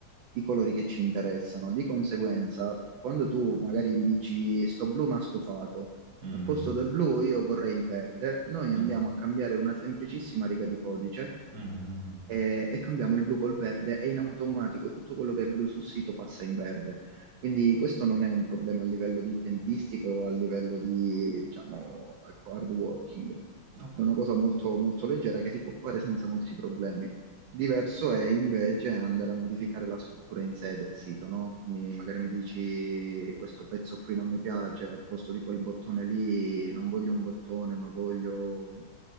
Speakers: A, on the right; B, on the right.
A: i colori che ci interessano. Di conseguenza, quando tu magari mi dici sto blu ma stufato,
B: Mhm.
A: al posto del blu io vorrei il verde. Noi andiamo
B: Mm.
A: a cambiare una semplicissima riga di codice
B: Mhm.
A: e, e cambiamo il blu col verde e in automatico tutto quello che è blu sul sito passa in verde. Quindi questo non è un problema a livello di tempistica o a livello di, diciamo, ecco, hard working.
B: Ok.
A: È una cosa molto, molto leggera che si può fare senza molti problemi. Diverso
B: Ok.
A: è invece andare a modificare la struttura in sé del sito, no? Quindi
B: Cioè,
A: magari mi dici questo pezzo qui non mi piace, al posto di quel bottone lì non voglio un bottone, ma voglio,